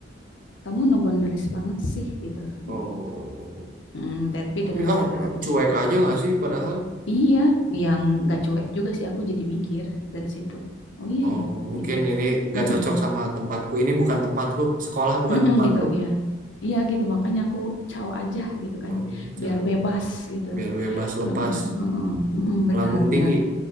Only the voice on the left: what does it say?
Kamu no boundaries banget sih gitu. Gitu.
Hmm, tapi
dengan
cara halus
gitu.
Iya, yang gak cuek juga sih aku jadi mikir dari situ. Oh iya
ya,
gitu.
Mm-mm.
Mm-mm,
gitu ya. Iya gitu, makanya aku caw aja gitu kan,
biar bebas gitu.
Heeh, heeh, mm-mm,
benar,
biar